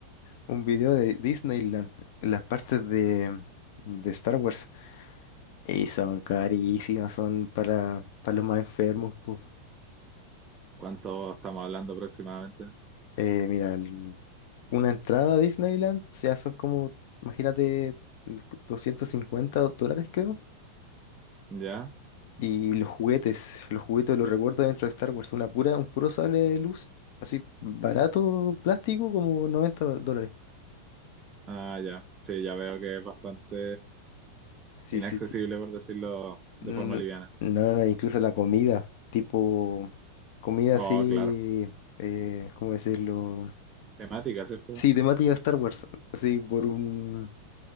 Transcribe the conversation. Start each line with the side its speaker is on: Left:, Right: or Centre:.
Left: un video de Disneyland, en las partes de, de Star Wars, y son carísimas, son para, para los más enfermos. pu.
Right: ¿Cuánto estamos hablando aproximadamente?
Left: Eh, mira, el- una entrada a Disneyland ya son como, imagínate, 250 dólares creo.
Right: ¿Ya?
Left: Y los juguetes, los juguetes los recuerdo dentro de Star Wars, una pura, un puro sable de luz, así barato, plástico, como 90 dólares.
Right: Ah, ya. Sí, ya veo que es bastante
Left: Sí,
Right: inaccesible,
Left: sí, sí,
Right: por decirlo
Left: No,
Right: de forma liviana.
Left: no, no, incluso la comida, tipo comida
Right: Oh,
Left: así,
Right: claro.
Left: eh, ¿cómo decirlo?
Right: Temática, ¿cierto?
Left: Sí, temática Star Wars, así por un,